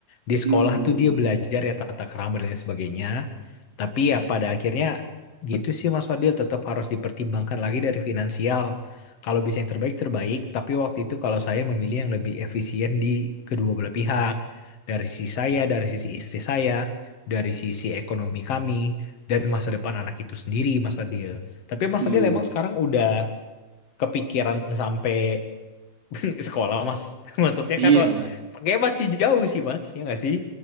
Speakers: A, on the left; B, on the right.
A: Di sekolah
B: Hmm,
A: tuh dia belajar ya tata kerama dan lain sebagainya. Tapi ya pada akhirnya gitu sih Mas Fadil tetap harus dipertimbangkan lagi dari finansial. Kalau bisa yang terbaik terbaik, tapi waktu itu kalau saya memilih yang lebih efisien di kedua belah pihak. Dari sisi saya, dari sisi istri saya, dari sisi ekonomi kami, dari masa depan anak itu sendiri Mas Fadil. Tapi Mas
B: hmm,
A: Fadil emang sekarang udah kepikiran sampai <laughs> sekolah Mas. <laughs> Maksudnya
B: iya
A: kan
B: Mas.
A: kayak masih jauh sih Mas, ya nggak sih?